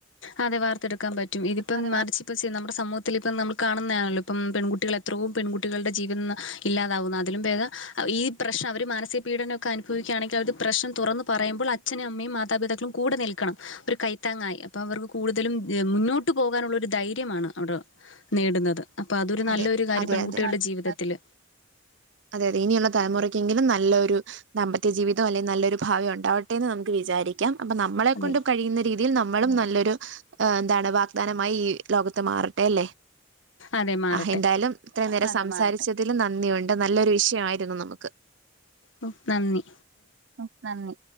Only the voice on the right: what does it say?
അതെ
അതെ
അതെ
അതെ നല്ലൊരു
അതെ അതെ ഇനിയുള്ള തലമുറയ്ക്കെങ്കിലും നല്ലൊരു ദാമ്പത്യ ജീവിതം അല്ലെങ്കിൽ നല്ലൊരു ഭാവി ഉണ്ടാവട്ടെന്ന് നമുക്ക് വിചാരിക്കാം അപ്പൊ നമ്മളെ കൊണ്ടും
കഴിയുന്ന രീതി ഇതിൽ നമ്മളും നല്ലൊരു എന്താണ് വാഗ്ദാനമായി ഈ ലോകത്ത് മാറട്ടെ അല്ലെ
ആഹ് എന്തായാലും ഇത്ര നേരം സംസാരിച്ചതിലും നന്ദിയുണ്ട് നല്ലൊരു വിഷയമായിരുന്നു നമുക്ക്
ഉം നന്ദി